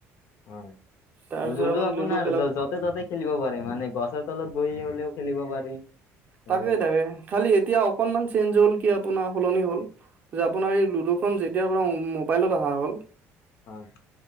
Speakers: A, on the left; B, on the right.
A: হয়
B: তাৰ পিছত
A: লুডু
B: আপুনি
A: আপোনাৰ
B: খেলক
A: যতে ত'তে খেলিব পাৰে মানে গছৰ তলত বহি হলেও খেলিব পাৰি। মানে
B: তাকে তাকে খালি এতিয়া অকনমান চেঞ্জ হ'ল কি আপোনাৰ সলনি হ'ল। যে আপোনাৰ এই লুডু খন যেতিয়াৰ পৰা মোবাইলত অহা হ'ল
A: হয় <inaudible>